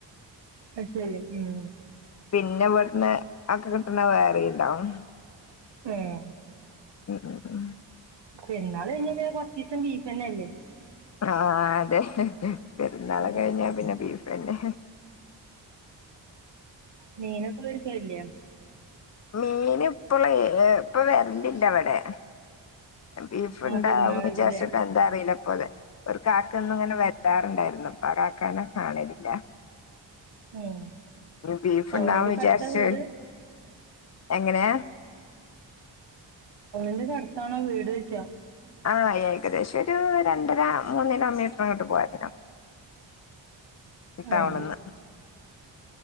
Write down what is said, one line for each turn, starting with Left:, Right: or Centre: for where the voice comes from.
Right: അത് ശരി ഉം
Left: പിന്നെ പെട്ടന്ന് ഒക്കെ കിട്ടണ വേറെയുണ്ടാകും
Right: ഏഹ്
Left: ഉം ഉം ഉം
Right: പെരന്നാള് കഴിഞ്ഞ പിന്നെ കൊറച്ചീസം ബീഫെന്നെയല്ലേ
Left: ആഹ അതെ പെരുന്നാള്
Right: ഉം
Left: കഴിഞ്ഞ പിന്നെ ബീഫാ പിന്നെ
Right: മീനൊക്കെ വേടിക്കായില്ലേ
Left: മീൻ ഇപ്പുള്ള ഏ ഇപ്പൊ വെരലില്ലവിടെ ബീഫ്ണ്ടാവും
Right: ആ പെരുന്നാളായിട്ടില്ലേ
Left: വിചാരിച്ചിട്ട് എന്താ അറിയില്ല അപ്പോതെ ഒരു കാക്കയെന്നും ഇങ്ങനെ വരാറുണ്ടായിരുന്നു ഇപ്പാ കാക്കേനെ കാണലില്ല
Right: ഉം
Left: ബീഫുണ്ടാവും
Right: ടൗണിന്റെക്കെ
Left: വിചാരിച്ചു
Right: അടുത്താ വീട്
Left: എങ്ങനെയാ
Right: ന്റെ അടുത്താണോ വീട് വെച്ചേ
Left: ആഹ ഏകദേശം ഒരു രണ്ടര മൂന്ന് കിലോമീറ്ററങ്ങോട്ട്‌ പോവായിരുന്നു ടൗണിന്നു
Right: ഉം